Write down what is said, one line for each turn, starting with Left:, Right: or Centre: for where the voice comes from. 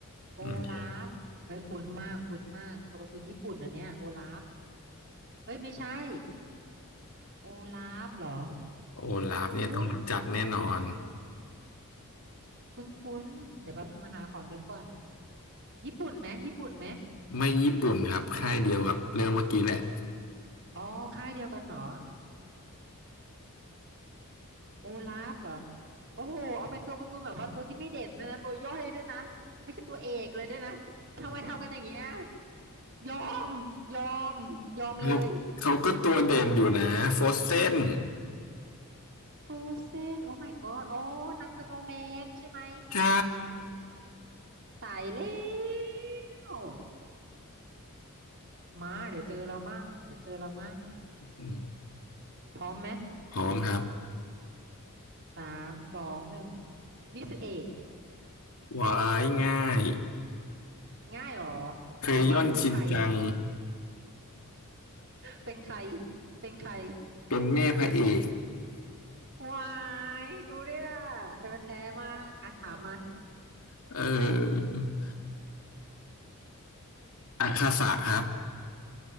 Right: โอลาฟเฮ้ยคุ้นมากคุ้นมากตัวการ์ตูนญี่ปุ่นอันเนี้ยโอลาฟ
Left: อืมเนี่ย
Right: เอ้ยไม่ใช่โอลาฟเหรอ
Left: โอลาฟเนี่ยต้องรู้จักแน่นอน
Right: เอ๊ะคุ้นคุ้นเดี๋ยวแป๊บนึงนะคะขอนึกก่อนญี่ปุ่นไหมญี่ปุ่นไหม
Left: ไม่ญี่ปุ่นครับค่ายเดียวกับเรื่องเมื่อกี้แหละ
Right: อ๋อค่ายเดียวกันเหรอ โอลาฟเหรอโอ้โหเอาเป็นตัวการ์ตูนแบบว่าตัวที่ไม่เด่นด้วยนะตัวย่อยด้วยนะไม่ใช่ตัวเอกเลยด้วยนะทำไมทำกันอย่างเงี้ยยอมยอมยอมเลย
Left: เขาเขาก็ตัวเด่นอยู่นะโฟเซน
Right: ฟรูเซนโอ้ my god อ๋อนางสโนว์แมนใช่ไหม
Left: ใช่
Right: ตายแล้วมาเดี๋ยวเจอเรามั่งเดี๋ยวเจอเรามั่ง
Left: อืม
Right: พร้อมไหม
Left: พร้อมครับ
Right: สามสองหนึ่งมิสเอะ
Left: วายง่าย
Right: ง่ายเหรอ
Left: เคยย่อนชินจัง
Right: ไหนว่ามาสิใครเป็นใครเป็นใคร
Left: เป็นแม่พระเอก
Right: วายรู้เรื่องเป็นคนแท้มากอ่ะถามมา
Left: เอออาคาสะครับ